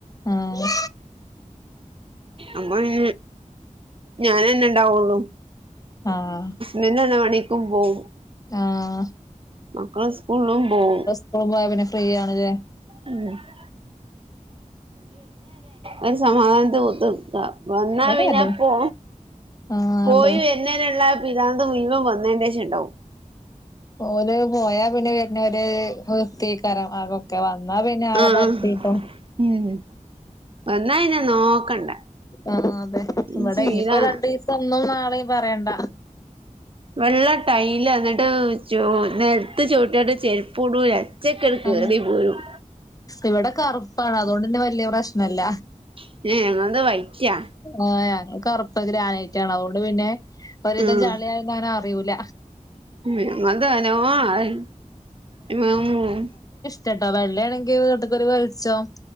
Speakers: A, on the left (about 25°); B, on the right (about 45°).
A: ആഹ്
B: അപ്പൊയി ഞാനന്നെ ഇണ്ടാവുള്ളു.
A: ആഹ്
B: നിന്നണ മണിക്കും പോവും.
A: ആഹ്
B: മക്കള് സ്കൂളും പോവും.
A: സ്‌കൂള് പോയ പിന്ന ഫ്രീ ആണല്ലെ
B: ഉം. <unintelligible> ഒരു സമാധാനത്ത് കുത്ത്ക്ക. വന്നാ
A: ഇവിടെ
B: പിന്നപ്പോ
A: അതെ ആഹ്
B: പോയി
A: അതെ
B: വ <unintelligible> പിരാന്ത് മുയുവം വന്നെന്റേഷം ഇണ്ടാവും.
A: ഓര് പോയാ പിന്നെ വരണവര് <unintelligible> ആകും ഒക്കെ വന്നാ പിന്നെ ആകെ
B: ആഹ്
A: പരത്തീട്ടും.
B: ഉം വന്നാ ന്നെ നോക്കണ്ട.
A: ആഹ് അതെ ഇവിടെ
B: ഇച്ച്
A: ഇനിയിപ്പോ
B: വീരാണ്
A: രണ്ടീസം ഇന്നും നാളെയും പറയണ്ട.
B: വെള്ള ടൈല് എന്നിട്ട് ചൂ നെൽത്ത് ചൊട്ടീട്ട് ചെരുപ്പ് ഇടൂല. ചെക്ക് എടുക്ക്
A: ആ
B: നീ പോരും.
A: ഇവിടെ കറുപ്പാണ് അതുകൊണ്ട് തന്നെ വലിയ പ്രശ്നല്ല.
B: <unintelligible> വൈറ്റാ
A: ആഹ് ഞങ്ങക്ക് ഒറപ്പ് ഗ്രാനൈറ്റാണ് അതുകൊണ്ട് പിന്നെ ഒരിതും
B: ആഹ്
A: ചളിയായ ഞാന് അറിയൂല.
B: <unintelligible>
A: ചട്ടോ വെള്ളയാണെങ്കി വട്ടക്കൊരു വെളിച്ചോം